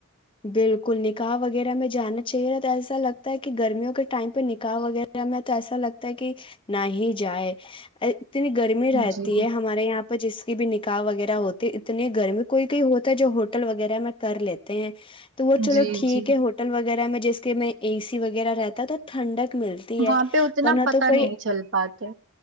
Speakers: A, on the left; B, on the right.
A: بالکل نکاح وغیرہ میں جانا چاہیےا تو ایسا لگتا ہے کہ گرمیوں کے ٹائم پہ نکاح وغیرہ میں تو ایسا لگتا ہے کہ نہ ہی جائے اتنی گرمی رہتی
B: جی
A: ہے ہمارے یہاں پہ جس بھی نکاح وغیرہ ہوتی اتنی گرمی کوئی کوئی ہوتا ہے جو ہوٹل وغیرہ میں کر لیتے ہیں تو وہ چلو
B: جی
A: ٹھیک
B: جی
A: ہے ہوٹل وغیرہ میں جس کے میں اے سی وغیرہ رہتا ہے تو ٹھنڈک ملتی ہے
B: وہاں پہ اتنا
A: ورنہ
B: پتا
A: تو کوئی
B: نہیں چل پاتے